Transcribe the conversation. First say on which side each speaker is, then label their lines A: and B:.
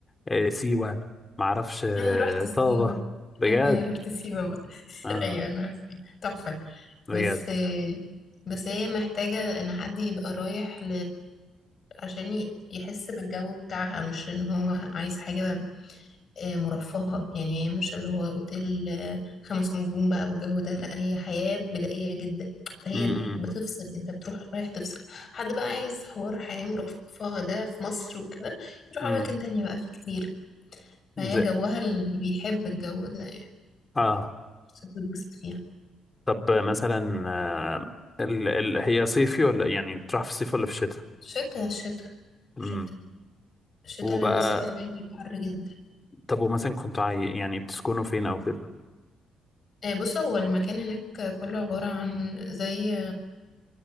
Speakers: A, on the left; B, on the left.
A: آه، سيوة ما اعرفش آه،
B: أنا رحت سيوة
A: طابة بجد
B: أنا رحت سيوة بقى <laughs>
A: اه
B: أيوة أنا رحت سيوة تحفة
A: بجد
B: بس بس هي محتاجة إن حد يبقى رايح عشان ي- يحس بالجو بتاعها مش ان هو عايز حاجة آه، مرفهة يعني هي مش اللي هو اوتيل آه، خمس نجوم بقى والجو ده لا هي حياة بدائية جدا فهي
A: امم
B: بتفصل انت بتروح رايح تفصل حد بقى عايز حوار حياة مرفهة ده في مصر وكده يروح
A: امم
B: اماكن تانية بقى في كتير فهي
A: زي
B: جوها اللي بيحب الجو ده يعني
A: اه
B: بس بتتبسط فيها
A: طب مثلا آه ال... ال... هي صيفي ولا يعني بتروح في الصيف ولا في الشتاء
B: شتا شتا
A: امم
B: شتا الشتا
A: وبقى
B: اللي الناس فيه هناك بيبقى حر جدا
A: طب ومثلا كنتوا عاي... يعني بتسكنوا فين او كده
B: آه، بص هو المكان هناك كله عبارة عن زي